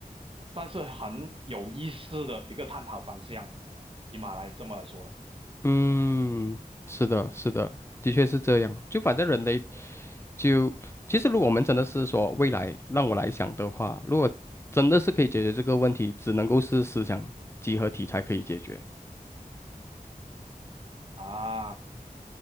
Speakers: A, on the right; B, on the left.
A: 算是很有意思的一个探讨方向，起码来这么来说的
B: 嗯，是的，是的，的确是这样。就反正人类就，其实如果我们真的是说未来让我来想的话，如果真的是可以解决这个问题，只能够是思想集合体才可以解决。
A: 啊，